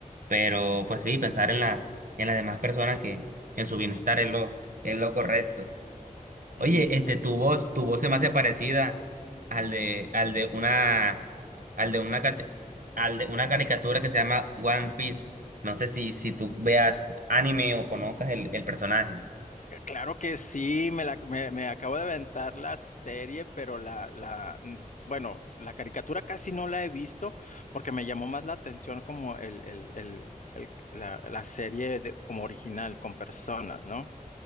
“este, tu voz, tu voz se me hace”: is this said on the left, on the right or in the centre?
Right